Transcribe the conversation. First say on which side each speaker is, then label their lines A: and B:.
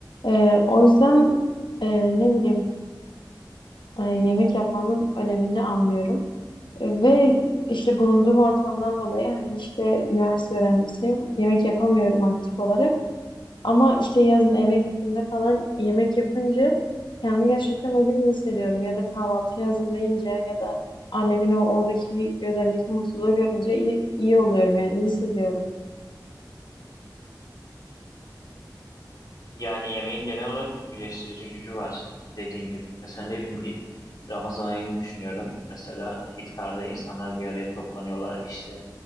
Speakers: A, on the left; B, on the left.
A: Ee, o yüzden ee, ne bileyim ee, yemek yapmanın önemini anlıyorum. E, Ve işte bulunduğum ortamdan dolayı hani işte üniversite öğrencisiyim. Yemek yapamıyorum aktif olarak. Ama işte yazın eve gittiğimde falan yemek yapınca kendimi gerçekten o gün iyi hissediyorum. Ya da kahvaltıyı hazırlayınca ya da annemin o oradaki gözlerindeki mutluluğu görünce iyi, iyi oluyorum yani iyi hissediyorum.
B: Yani yemeğin genel olarak bir birleştirici gücü var dediğin gibi. Mesela ne bileyim bir Ramazan ayını düşünüyorum. Mesela iftarda insanlar bir araya toplanıyorlar işte